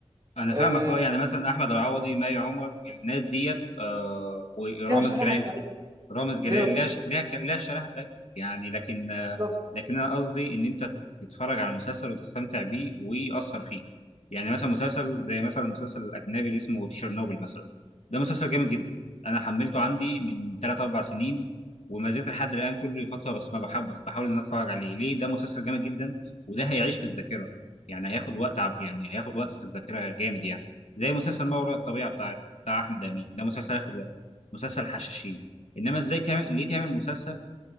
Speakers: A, on the left; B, on the right.
A: انا
B: آه،
A: فاهمك اه يعني مثلا احمد العوضي مي عمر الناس ديت آه ورامز
B: ليها الشريحة
A: جلال
B: بتاعتها
A: رامز جلال
B: ليها
A: لها ش... لها ك... لها الشريحه بتاعتها يعني لكن آه،
B: بالظبط
A: لكن انا قصدي ان انت تتفرج على مسلسل وتستمتع بيه ويأثر فيك يعني مثلا مسلسل زي مثلا المسلسل الاجنبي اللي اسمه تشيرنوبل مثلا ده مسلسل جامد جدا انا حملته عندي من 3 4 سنين وما زلت لحد الان كل فتره بس ما بحاول بحاول ان انا اتفرج عليه ليه ده مسلسل جامد جدا وده هيعيش في الذاكره يعني هياخد وقت عب... يعني هياخد وقت في الذاكره جامد يعني زي مسلسل ما وراء الطبيعه بتاع بتاع احمد امين ده مسلسل هياخد وقت مسلسل الحشاشين انما ازاي تعمل ليه تعمل مسلسل